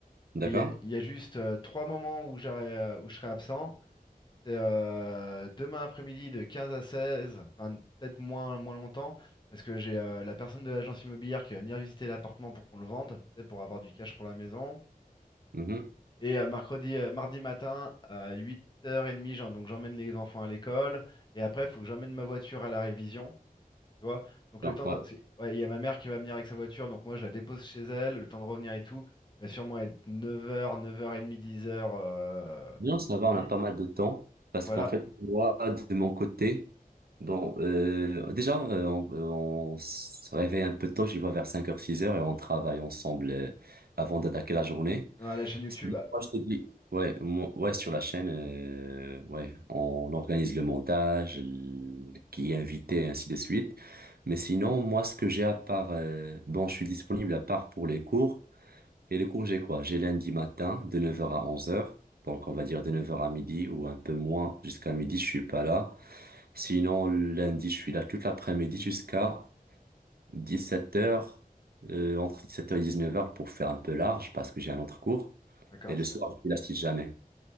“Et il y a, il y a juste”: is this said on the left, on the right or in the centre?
Left